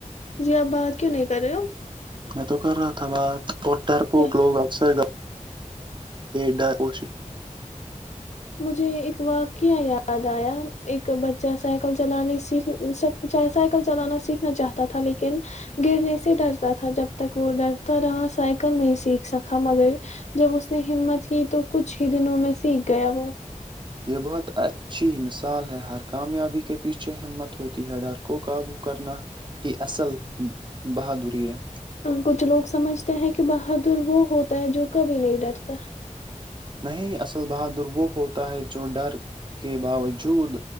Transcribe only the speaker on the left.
جی آپ بات کیوں نہیں کر رہے ہو
کیا
مجھے ایک واقعہ یاد آیا ایک بچہ سائیکل چلانے سیکھ سائیکل چلانا سیکھنا چاہتا تھا لیکن گرنے سے ڈرتا تھا جب تک وہ ڈرتا رہا سائیکل نہیں سیکھ سکا مگر جب اس نے ہمت کی تو کچھ ہی دنوں میں سیکھ گیا وہ
کچھ لوگ سمجھتے ہیں کہ بہادر وہ ہوتا ہے جو کبھی نہیں ڈرتا